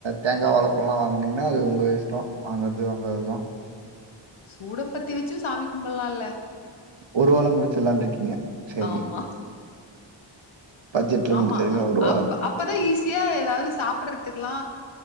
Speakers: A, on the right; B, on the left.
A: தேங்கா வாழப்பழோல்லா வாங்குனீங்கன்னா அது உங்க இஷ்டோ வாங்கறது வாங்காதது.
B: சூடம் பத்தி வச்சு சாமி கும்பல்லா இல்ல.
A: ஒருவேல முடுச்சிடலான்னு இருக்கீங்க. சரி
B: ஆமா
A: பட்ஜெட்ல
B: ஆமா
A: முடிச்சிருங்க ஒருவா
B: அப்ப அப்பதா ஈஸியா ஏதாவது சாப்பிடுறதுக்கெல்லா